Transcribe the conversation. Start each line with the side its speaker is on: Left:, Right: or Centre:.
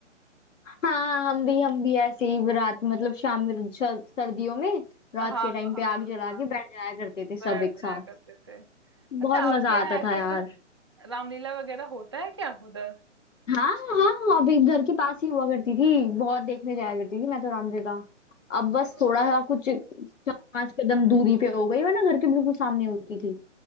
Left: हाँ हम भी हम भी ऐसे ही रात मतलब शाम में श- सर्दियों में रात
Right: हाँ
Left: के टाइम
Right: हाँ
Left: पे आग जला
Right: हाँ
Left: के बैठ जाया करते थे
Right: बैठ
Left: सब एक
Right: जाया
Left: साथ
Right: करते थे अच्छा
Left: बहुत
Right: आपके
Left: मजा
Right: यहाँ
Left: आता
Right: ऐसे
Left: था यार
Right: कुछ रामलीला वगैरह होता है क्या उधर
Left: हाँ हाँ अभी घर के पास ही हुआ करती थी बहुत देखने जाया करती थी मैं तो रामलीला अब बस
Right: रामलीला
Left: थोड़ा सा कुछ चार पांच कदम दूरी पे हो गई वरना घर के बिल्कुल सामने होती थी